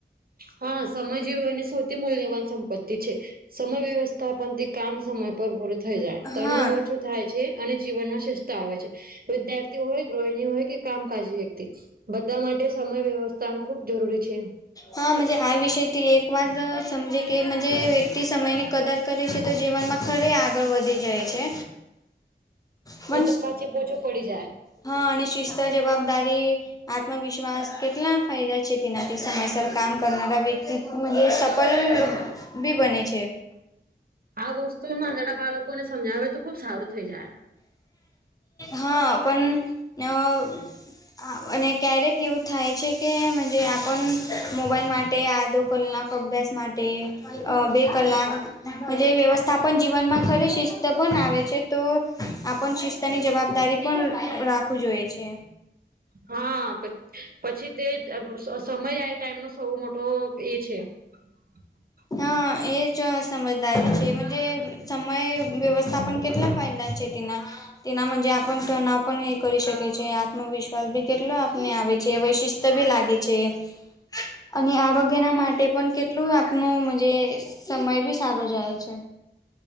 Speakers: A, on the right; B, on the left.
A: હા સમયજીવો અને સૌથી મૂલ્યવાન સંપત્તિ છે સમય વ્યવસ થાપનથી કામ સમય પર પૂરું થઈ જાય
B: હા
A: તણાવ ઓછું. થાય છે અને જીવનમાં શિસ્ત આવે છે. વિદ્યાર્થી હોય ગૃહિણી હોય કે કામકાજ વ્યક્તિ. બધા માટે સમય વ્યવસ્થાનું ખુબ જરૂરી છે.
B: હા મજે આ વિષયથી એક વાદ સમજે કે મજે વ્યક્તિ સમયની કદર કરે છે તો જીવનમાં ખરે આગળ વધી જાય છે. પન
A: ન તો પાછી પોછું પડી જાય
B: હા અને શિસ્ત જવાબદારી. આત્મવિશ્વાસ કેટલા ફાયદા છે તેનાથી સમયસર કામ કરનારા વ્યક્તિ મજે સફલ બી બને છે.
A: આ વસ્તુ નાંદડા બાળકોને સમજાવે તો ખુબ સારું થઈ જાય.
B: હા પન અ હા અને ક્યારેક એવું થાય છે કે મજે આપન મોબાઈલ માટે આધો કલાક અભ્યાસ માટે અ બે કલાક. મજે વ્યવસ્થાપન જીવનમાં ખરે શિસ્ત પન આવે છે તો આપન શિસ્તની જવાબદારી પણ રાખું જોયે છે.
A: હા પ પછી તે જ સમય આય ટાઈમનો સૌ મોટો એ છે. <inaudible>
B: હા એ જ સમજદારી છે મજે. સમય વ્યવસ્થાપન કેટલા ફાયદા છે તેના. તેના મજે આપન તનાવ પન એ કરી શકે છે આત્મવિશ્વાસ ભી કેટલો આપને આવે છે વૈશિષ્ટ બી લાગે. ગે છે અને આરોગ્ય ના માટે પન કેટલું આપનું મજે સમય બી સારો જાય છે.